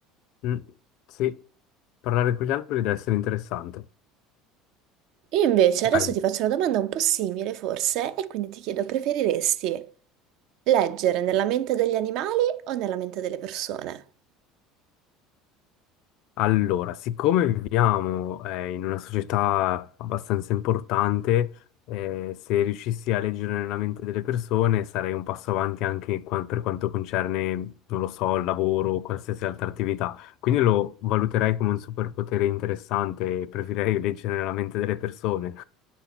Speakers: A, on the left; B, on the right.
A: Mm, sì, parlare con gli alberi deve essere interessante.
B: io invece adesso
A: Vai.
B: ti faccio una domanda un po' simile, forse, e quindi ti chiedo, preferiresti leggere nella mente degli animali o nella mente delle persone?
A: Allora, siccome viviamo eh, in una società abbastanza importante, eh, se riuscissi a leggere nella mente delle persone sarei un passo avanti anche qua- per quanto concerne, non lo so, il lavoro o qualsiasi altra attività. Quindi lo valuterei come un superpotere interessante e preferirei <laughs> leggere nella mente delle persone.